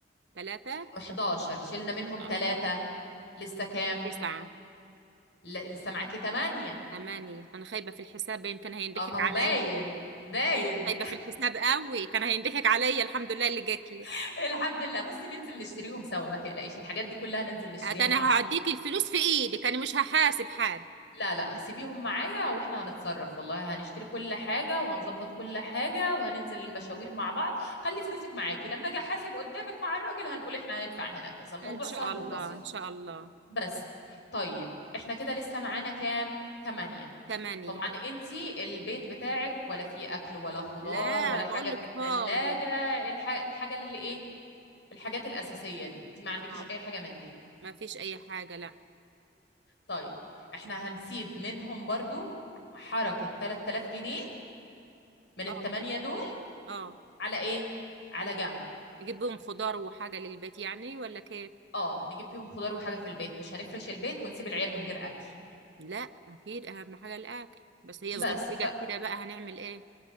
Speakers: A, on the right (about 80°); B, on the left (about 80°).
A: ثلاثه
B: 11 شلنا منهم
A: الله
B: ثلاثة لسه كام؟
A: تسعه
B: ل- لسه معاكي 8
A: ثمانية أنا خايبة في الحساب باين كان هينضحك
B: اه ما
A: عليا
B: هو باين باين
A: خاي- خايبة في الحساب قوي كان هينضحك عليا الحمد لله اللي جات لي
B: <laughs> الحمد لله بصي ننزل نشتريهم سوا ما تقلقيش الحاجات دي كلها ننزل نشتريها
A: أنا
B: مع بعض
A: هعديكي الفلوس في إيدك أنا مش هحاسب حد
B: لا لا سيبيهم معايا واحنا هنتصرف والله هنشتري كل حاجة وهنظبط كل حاجة وهننزل المشاوير مع بعض خلي فلوسك معاكي لما اجي احاسب قدامك مع الراجل هنقول احنا هندفع هنا كذا الموضوع
A: إن شاء
B: سهل
A: الله
B: وبسيط
A: إن شاء الله
B: بس طيب احنا كده لسه معانا كام تمانية
A: ثمانية
B: طبعا انتي البيت بتاعك ولا فيه اكل ولا خضار
A: لا
B: ولا حاجة
A: بقول
B: في
A: لك
B: التلاجة
A: فاضي
B: الح... الحاجة اللي ايه الحاجات الأساسية دي انت ما عندكيش
A: آه
B: أي حاجة من دي
A: ما فيش أي حاجة لا
B: طيب احنا هنسيب منهم برضو حركة 3000 جنيه من التمانية
A: آه
B: دول
A: آه
B: على ايه؟ على
A: نجيب
B: جنب
A: نجيب بهم خضار وحاجة للبيت يعني ولا كيف
B: اه نجيب بيهم خضار وحاجة في البيت مش هنفرش البيت ونسيب العيال من غير أكل
A: لا أكيد أهم حاجة الأكل بس هي الظروف
B: بس
A: إجت
B: ف
A: كده بقى هنعمل إيه